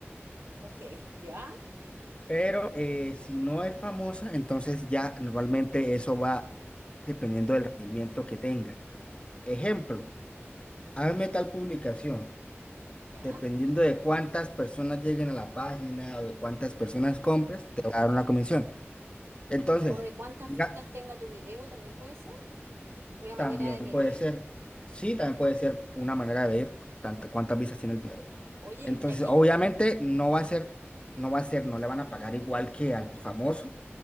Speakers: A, on the right; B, on the left.
A: Ok, ya,
B: Pero eh, si no es famosa, entonces ya normalmente eso va dependiendo del rendimiento que tenga. Ejemplo, hazme tal publicación.
A: ya.
B: Dependiendo de cuántas personas lleguen a la página o de cuántas
A: Mm.
B: personas compres, te va a dar una comisión. Entonces,
A: O de cuántas
B: diga,
A: vistas tenga tu video también puede ser una
B: también
A: manera de medir.
B: puede ser, sí, también puede ser una manera de medir tantas cuántas visas tiene el video.
A: Oye,
B: Entonces,
A: ya que,
B: obviamente no
A: ya,
B: va a ser, no va a ser, no le van a pagar igual que al famoso,